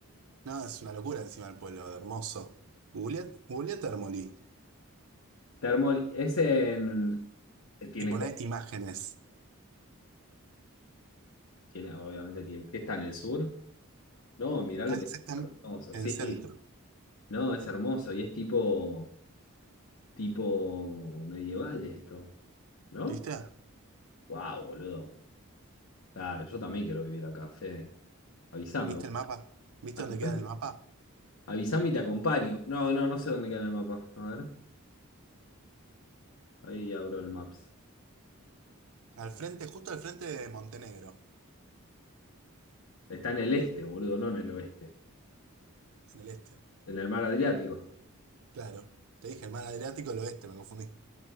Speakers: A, on the right; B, on the left.
A: No, es una locura encima del pueblo, de hermoso. Googleé googleé Termolí
B: Termo, es en... eh, Tiene,
A: y poné
B: co-
A: imágenes.
B: tiene, obviamente tiene. ¿Qué está en el sur? No, mirá
A: Está
B: lo que
A: exactamente
B: es hermoso.
A: en
B: Sí,
A: el centro.
B: no, es hermoso y es tipo, tipo medieval esto, ¿no?
A: ¿Viste?
B: Wow, boludo. Claro, yo también quiero vivir acá, Fede. Avísame.
A: ¿Viste
B: vos.
A: el mapa? ¿Viste
B: Avísame
A: dónde queda en el mapa?
B: Avísame y te acompaño. No, no, no sé dónde queda en el mapa. A ver, ahí abro el Maps.
A: Al frente, justo al frente de Montenegro,
B: Está en el este, boludo, no en el oeste.
A: en el este.
B: En el mar Adriático.
A: Claro. Te dije el mar Adriático, el oeste, me confundí.